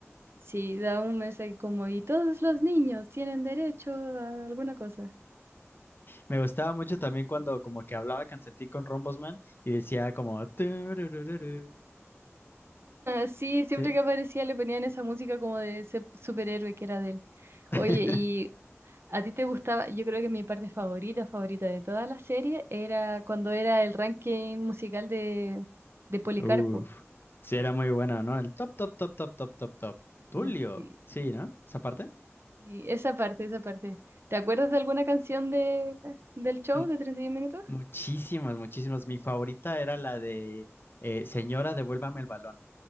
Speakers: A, on the right; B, on the left.
A: sí, daba un mensaje como, y todos los niños tienen derecho a alguna cosa.
B: Me gustaba mucho también
A: <laughs>
B: cuando como que hablaba Canceltí con Rombosman y decía como... "Tururururu",
A: Sí, siempre
B: ¿Sí?
A: que aparecía le ponían esa música como de ese superhéroe que era de él.
B: <laughs>
A: Oye, y ¿A ti te gustaba? Yo creo que mi parte favorita, favorita de toda la serie era cuando era el ranking musical de, de Policarpo.
B: Uf. Sí, era muy bueno, ¿no? El top, top, top, top, top, top, top. Tulio.
A: Sí, sí, sí.
B: Sí, ¿no? Esa parte.
A: Y esa parte, esa parte. ¿Te acuerdas de alguna canción de, del show
B: Mu-
A: de treinta y un minutos?
B: muchísimas, muchísimas. Mi favorita era la de eh, Señora, devuélvame el balón.